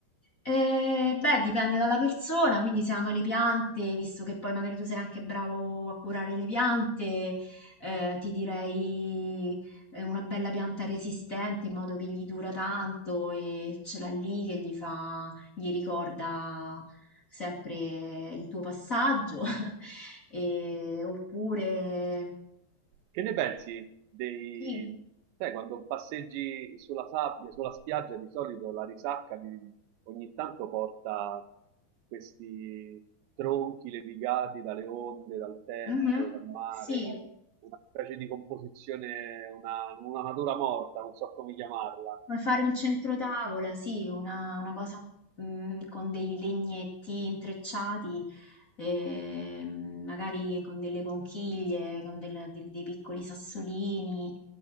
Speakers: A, on the left; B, on the right.
A: Eh, beh, dipende dalla persona, quindi se ama le piante, visto che poi magari tu sei anche bravo a curare le piante, eh, ti direi eh, una bella pianta resistente in modo che gli dura tanto e ce l'ha lì che gli fa, gli ricorda sempre il tuo passaggio. <laughs> E- oppure...
B: Che ne pensi dei...
A: Sì,
B: Sai, quando passeggi sulla sabbia, sulla spiaggia, di solito la risacca di- ogni tanto porta questi tronchi levigati dalle onde, dal tempo,
A: mhm,
B: dal mare,
A: sì.
B: una specie di composizione, una, una natura morta, non so come chiamarla.
A: Puoi fare un centrotavola, sì, una, una cosa mm, con dei legnetti intrecciati, eh, magari con delle conchiglie, con del- de- dei piccoli sassolini,